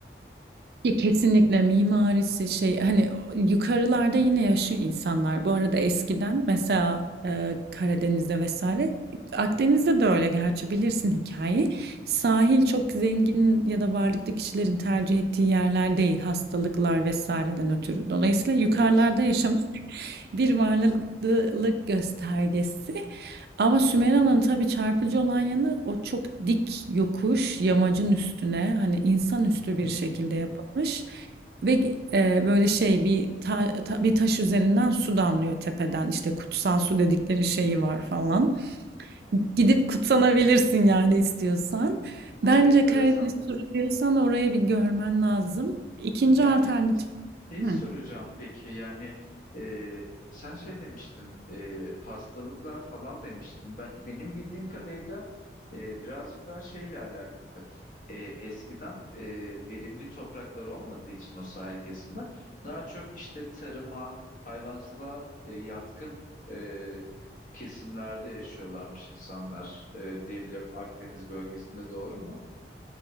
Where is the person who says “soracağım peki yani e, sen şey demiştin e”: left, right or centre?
Left